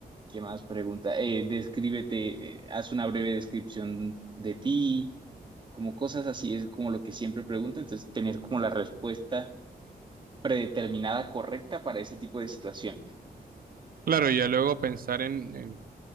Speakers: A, on the right; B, on the right.
A: ¿qué más pregunta? Eh, descríbete, eh, haz una breve descripción de ti, como cosas así, es como lo que siempre preguntan, entonces tener como la respuesta predeterminada correcta para ese tipo de situaciones.
B: Claro, ya luego pensar en,